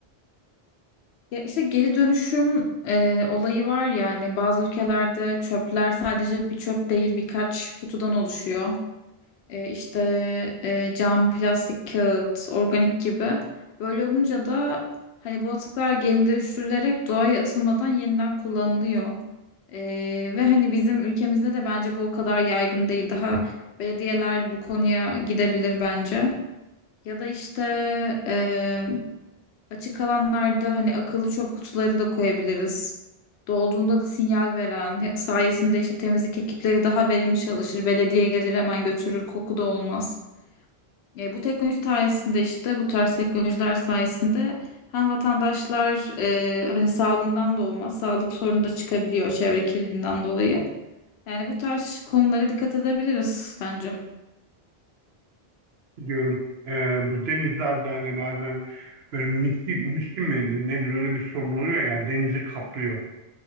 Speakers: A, on the left; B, on the right.
A: Ya işte geri dönüşüm e, olayı var yani bazı ülkelerde çöpler sadece bir çöp değil birkaç kutudan oluşuyor. E, işte e, cam, plastik, kağıt, organik gibi. Böyle olunca da hani bu atıklar geri dönüştürülerek doğaya atılmadan yeniden kullanılıyor. E, ve hani bizim ülkemizde de bence bu o kadar yaygın değil. Daha belediyeler bu konuya gidebilir bence. Ya da işte e, Açık alanlarda hani akıllı çöp kutuları da koyabiliriz. Dolduğunda da sinyal veren sayesinde işte temizlik ekipleri daha verimli çalışır. Belediye gelir hemen götürür, koku da olmaz. E, bu teknoloji sayesinde işte bu tarz teknolojiler sayesinde hem vatandaşlar e, hani sağlığından da olmaz, sağlık sorunu da çıkabiliyor çevre kirliliğinden dolayı. Yani bu tarz konulara dikkat edebiliriz bence.
B: diyorum. Ee, bu denizlerde hani bazen böyle misli, misli midir nedir öyle bir sorun oluyor ya denizi kaplıyor